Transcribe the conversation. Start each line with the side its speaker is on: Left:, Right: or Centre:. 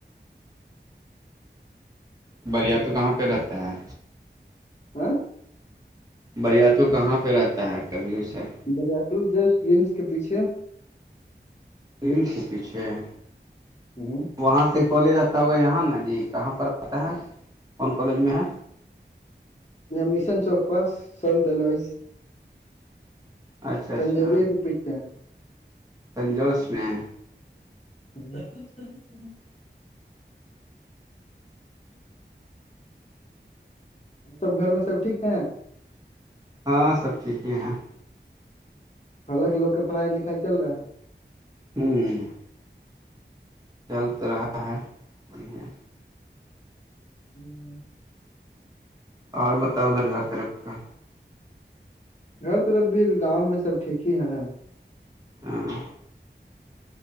Right: بریا تو کہاں پہ رہتا ہے
Left: ہاں
Right: بریا توو کہاں پہ رہتا ہے کبھی اسے
Left: دریاتو جس ومس کے پیچھے
Right: رل کپتی
Left: ہوں
Right: وہاں سے کالج آتا ہوگا یہاں نا جی کہاں پر آتا ہے کون کالج میں ہے
Left: مشن چوک پاس ست لوئیس
Right: اچھا اچھا
Left: تنجویر کی پیچھے
Right: سنجوس میں
Left: نہیں سب گھر میں سب ٹھیک ہے
Right: ہاں سب ٹھیک ہی ہیں
Left: حالک لوگ کے پڑھائی لکھائی چل رہا ہے
Right: ہوں چلتے رہا ہے بڑھیا
Left: <unintelligible>
Right: اور بتاؤ ادھر ترف کا
Left: ہر طرف بھی گاؤں میں سب ٹھیک ہی ہے
Right: ہاں